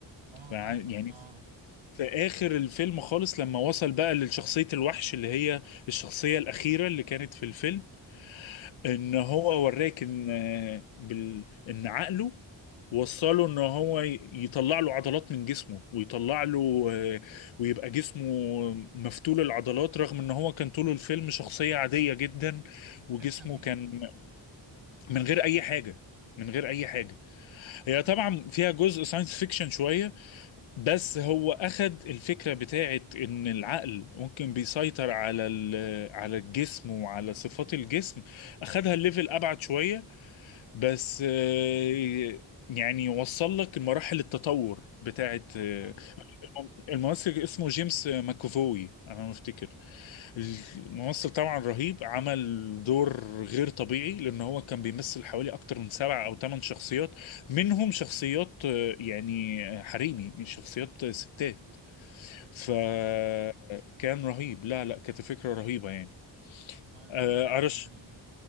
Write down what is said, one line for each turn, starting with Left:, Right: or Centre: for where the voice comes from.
Right: اه
Left: فع-
Right: فاهمك
Left: يعني
Right: اه
Left: في اخر الفيلم خالص لما وصل بقى لشخصية الوحش اللي هي الشخصية الأخيرة اللي كانت في الفيلم ان هو وراك ان آه، بال... ان عقله وصله ان هو ي- يطلع له عضلات من جسمه ويطلع له آه، ويبقى جسمه مفتول العضلات رغم ان هو كان طول الفيلم شخصية عادية جدا
Right: من
Left: وجسمه
Right: غير تمرين
Left: كان من غير اي حاجة من غير اي حاجة هي طبعا فيها جزء ساينس فيكشن شوية بس هو اخد الفكرة بتاعت ان العقل ممكن بيسيطر على ال- على الجسم وعلى صفات الجسم اخدها الليفل ابعد شوية بس آه، يعني وصل لك مراحل التطور بتاعت
Right: اه
Left: آه،
Right: فاهمك
Left: الممثل اسمه جيمس ماكوفوي انا ما افتكر الممثل طبعا رهيب عمل دور غير طبيعي لان هو كان بيمثل حوالي اكتر من سبع او ثمان شخصيات منهم شخصيات آه، يعني آه، حريمي من شخصيات ستات فكان
Right: فاهمك
Left: رهيب لا لا كانت فكرة رهيبة يعني
Right: هو الفيلم
Left: آه،
Right: حلو
Left: ارش
Right: يعني